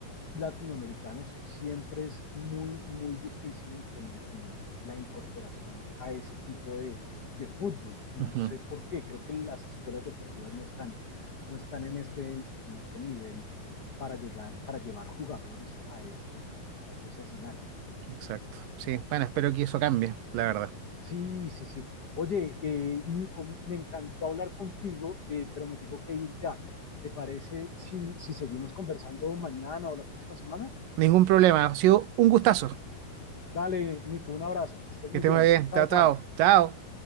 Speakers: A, on the left; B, on the right.
A: latinoamericanos, siempre es muy, muy difícil el, el, la incorporación a ese tipo de, de, fútbol. No
B: ujú,
A: sé por qué, creo que las escuelas deportivas no están, no están en, este, en este nivel para, llegar, para llevar jugadores a esos, a esos escenarios.
B: exacto. Sí, bueno, espero que eso cambie, la verdad.
A: Sí, sí, sí. Oye, eh, Nico, me encantó hablar contigo, eh, pero me tengo que ir ya. ¿Te parece si, si seguimos conversando mañana o la próxima semana?
B: Ningún problema. Ha sido un gustazo.
A: Dale, Nico, un abrazo, que estés
B: Que
A: muy
B: esté
A: bien.
B: muy bien.
A: Chao,
B: Chao,
A: chao.
B: chao. Chao.